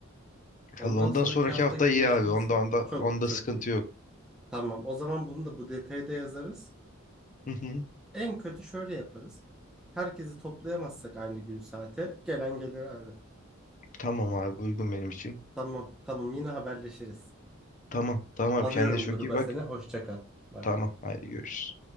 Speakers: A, in the centre; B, on the left.
A: Ondan
B: Allah ondan
A: sonraki
B: sonraki
A: hafta
B: hafta
A: güneşliyse
B: iyi abi onda onda
A: çok
B: onda
A: çok
B: sıkıntı
A: iyi.
B: yok.
A: Tamam. O zaman bunu da bu detayda yazarız.
B: Hı hı.
A: En kötü şöyle yaparız. Herkesi toplayamazsak aynı gün saate gelen gelir abi.
B: Tamam abi uygun benim için.
A: Tamam tamam yine haberleşiriz.
B: Tamam tamam abi
A: Alıyorum
B: kendine çok
A: gruba
B: iyi bak.
A: seni. Hoşça kal. Bay
B: Tamam
A: bay.
B: haydi görüşürüz.